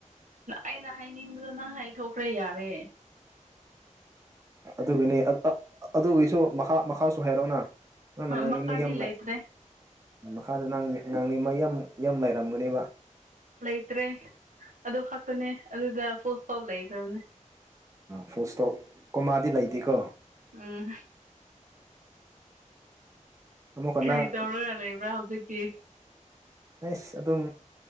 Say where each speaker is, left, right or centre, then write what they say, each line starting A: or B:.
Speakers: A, on the right (about 75°); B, on the right (about 25°).
A: ꯑꯩꯅ ꯍꯥꯏꯅꯤꯡꯕꯗꯣ ꯅꯪ ꯍꯥꯏꯊꯣꯛꯈ꯭ꯔꯦ ꯌꯥꯔꯦ
B: ꯑꯗꯨꯅꯤ ꯑꯗꯨꯒꯤꯁꯨ ꯃꯈꯥ ꯃꯈꯥꯁꯨ ꯍꯥꯏꯔꯛꯑꯣꯅ ꯊꯪꯅꯥ ꯉꯅꯤ
A: ꯃꯈꯥꯗꯤ
B: ꯃꯩꯌꯥꯝ ꯂꯩ
A: ꯂꯩꯇ꯭ꯔꯦ
B: ꯎ ꯃꯈꯥꯗ ꯅꯉꯏ ꯑꯉꯥꯡꯅꯦ ꯃ ꯌꯥꯝ ꯌꯥꯝ ꯂꯥꯏꯔꯝꯒꯅꯦꯕ
A: ꯂꯩꯇ꯭ꯔꯦ ꯑꯗꯨ ꯈꯛꯇꯅꯦ ꯑꯗꯨꯗ ꯁꯣ ꯂꯩꯈ꯭ꯔꯅꯤ
B: ꯐꯨꯜ ꯏꯁꯇꯣꯞ ꯀꯣꯃꯥꯗꯤ ꯂꯩꯇꯦꯀꯣ
A: ꯎꯝ
B: ꯑꯃꯨꯛꯀꯅꯥꯪ
A: ꯀꯔꯤ ꯇꯧꯔꯒ ꯂꯩꯕ꯭ꯔꯥ ꯍꯧꯖꯤꯛꯇꯤ
B: ꯑꯁ ꯑꯗꯨꯝ